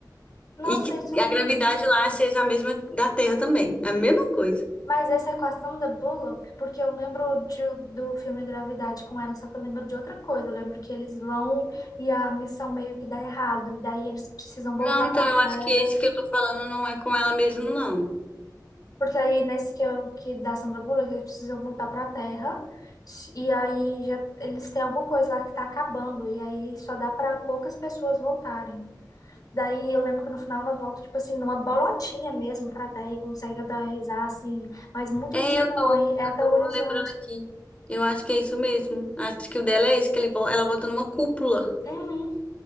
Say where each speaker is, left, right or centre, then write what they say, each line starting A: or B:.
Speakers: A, on the left (about 55°); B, on the left (about 15°).
A: Nossa,
B: E que
A: isso eu não
B: a gravidade
A: sei.
B: lá seja a mesma da Terra também. É A mesma coisa.
A: Mas essa equação da Bullock, porque eu lembro de- do filme Gravidade com ela, só que eu lembro de outra coisa. Eu lembro que eles vão e a missão meio que dá errado, e daí eles precisam voltar
B: Não, então
A: para a
B: eu
A: Terra.
B: acho que esse que eu tô falando não é com ela mesmo, não.
A: Porque aí nesse que, eu, que da Sandra Bullock, eles precisam voltar para a Terra, e aí já, eles têm alguma coisa lá que tá acabando, e aí só dá para poucas pessoas voltarem. Daí eu lembro que no final ela volta, tipo assim, numa bolotinha mesmo pra terra e consegue aterrissar, assim. Mas muita
B: É,
A: gente morre,
B: eu tô,
A: é aterrorizante.
B: eu tô lembrando aqui. Eu acho que é isso mesmo. Acho que o dela é esse, que ele, vo- ela volta numa cúpula.
A: Uhum.